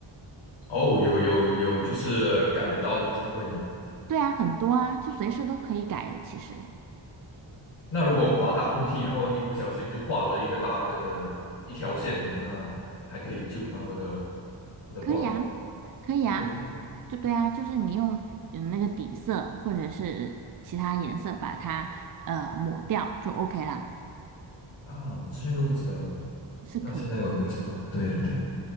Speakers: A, on the left (about 70°); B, on the right (about 45°).
A: 哦，有有有，就是改得到的机会吗？
B: 对啊，很多啊，就随时都可以改的，其实
A: 那如果把打喷嚏，然后一不小心就画了一个大个的一条线，那还可以救吗？我的我的画
B: 可以啊，可以啊，
A: 可以吗？
B: 就对啊，就是你用用那个底色或者是其他颜色把它呃抹掉就 OK 啦，
A: 啊，我之前都不知道。
B: 是可以的，
A: 那现在我一定知道，对对对，